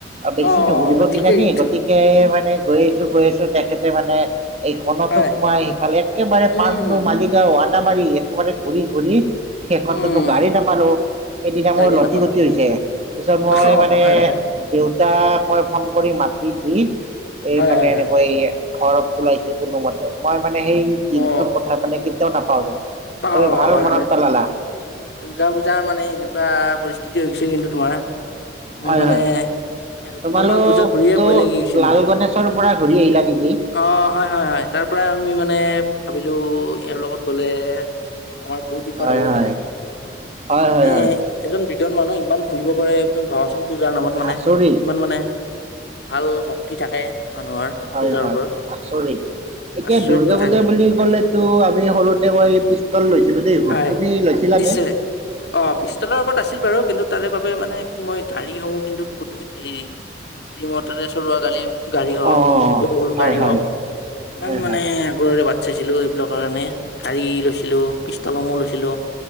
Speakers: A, on the right (about 35°); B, on the left (about 65°).
A: বেছি
B: অ',
A: নুঘুৰিব
B: ঠিকে
A: কি জানি
B: কিন্তু।
A: গতিকে মানে গৈ আছো গৈ আছো তেখেতে মানে এই খনতো
B: হয়,
A: সোমাই সেইফালে একেবাৰে
B: উম,
A: পাণ্ডো মালিক আদাবাৰি একবাৰে ঘূৰি ঘূৰি সেইখতটো
B: উম।
A: গাড়ী নাপালো সেইদিনা
B: গাড়ীয়ে
A: মোৰ লতি
B: নাপালা
A: গুটি হৈছে পিছত মই
B: অ
A: মানে
B: হয় হয়
A: দেউতাক মই ফোন কৰি মাটি দি এই
B: হয়
A: মানে
B: হয়
A: এনেকৈ
B: হয়
A: এই ঘৰত ওলাইছো কোনোমতে মই মানে সেই দিনটোৰ
B: অ
A: কথা মানে কেতিয়াও নাপাহৰোঁ
B: বা
A: তুমি ভাল
B: হয়
A: মনত
B: হয়
A: পেলালা।
B: দুৰ্গা পূজাৰ মানে এনেকুৱা পৰিস্থিতি হৈ গৈছিল কিন্তু তোমাৰ
A: হয়
B: মোৰ মানে
A: হয়
B: দুখনমান
A: তোমালোকতো
B: পূজা ঘূৰিয়ে ভয় লাগি গৈছিল
A: লাল
B: কিন্তু
A: গনেশৰ পৰা ঘূৰি আহিলা নিকি?
B: অ হয় হয় হয় তাৰ পৰা আমি মানে ভাবিলো এওঁৰ লগত গ'লে আমাৰ বহুত বিপদ
A: হয়
B: হ'ব
A: হয়
B: কিন্তু
A: হয়
B: মানে,
A: হয় হয়
B: এজন বৃদ্ধন মানুহ ইমান ঘুৰিব পাৰে, তুমি ভাবাচোন। পূজাৰ নামত মানে,
A: আচৰিত
B: ইমান মানে, ভাল ভক্তি থাকে। মানুহৰ
A: হয়,
B: পূজাৰ
A: হয়,
B: ওপৰত
A: আচৰিত। এতিয়া
B: আচৰিত
A: দুৰ্গা
B: কথা
A: পূজা
B: কিন্তু
A: বুলি ক'লেতো আমি সৰুতে মই পিষ্টল লৈছিলো দেই খুব
B: হয়
A: তুমি লৈছিলানে?
B: নিশ্চয় অ', পিষ্টলৰ ওপৰত আছিল বাৰু, কিন্তু তাৰে বাবে মানে কি মই গাড়ীসমূহ কিন্তু বহুত লৈছিলোঁ। এই ৰিমৰতেৰে চলোৱা গাড়ি গাড়ী হওক
A: অ
B: সমূহ, সৰু-সৰু
A: হয়
B: গাড়ী
A: হয়
B: হওক, ইমান
A: হয়
B: মানে
A: হয়
B: আগ্ৰহৰে ব চাইছিলো, এইবিলাকৰ কাৰণে, গাড়ী লৈছিলো, পিষ্টালসমূহ লৈছিলো।